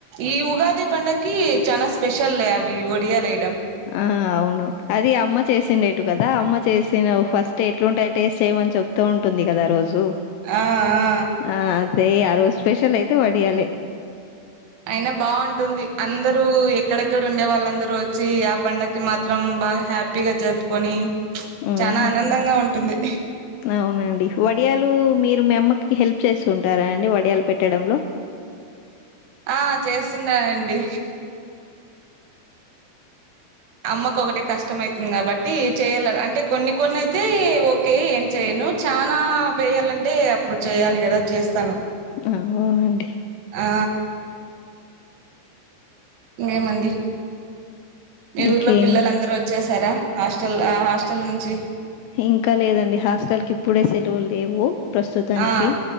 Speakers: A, on the right; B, on the left.
A: ఈ ఉగాది పండక్కి చానా స్పెషల్లె అవి వడియాాల వేయటం
B: ఆ అవును అది అమ్మ చేసిండెటు కదా అమ్మ చేసిన ఫస్ట్ ఎట్లుంటాయి టేస్ట్ చేయిమని చెప్తూ ఉంటుంది కదా రోజు
A: ఆ ఆ
B: ఆ అదే ఆ రోజు స్పెషల్ అయితే వడియాలే
A: అయినాబాగుంటుంది అందరూ ఎక్కడెక్కడ ఉండే వాళ్ళందరూ వచ్చి ఆ పండకి మాత్రం బాగ హ్యాపీగ జరుపుకొని
B: ఉమ్
A: చాలా ఆనందంగా ఉంటుంది
B: అవునండి వడియాలు మీరు మీ అమ్మకి హెల్ప్ చేస్తుంటార అండి వడియాలు పెట్టడంలో
A: ఆ చేస్తుంటానండి అమ్మకు ఒకటిే కష్టం అయితుంది కాబట్టి చేయలే అంటే కొన్ని కొన్ని అయితే ఓకే ఏం చేయను ను చానా వేయాలంటే అప్పుడు చెయ్యాలి కదా చేస్తాను
B: అహా అండి
A: ఆ ఇంకేమండి మీ
B: ఇంకేం
A: ఊర్లో పిల్లలుందరు వచ్చేసారా హాస్టల్ల హాస్టల్ నుంచి
B: ఇంక లేదండి హాస్టల్ కి ఇప్పుడే సెలవులు లేవు ప్రస్తుతానికి
A: ఆ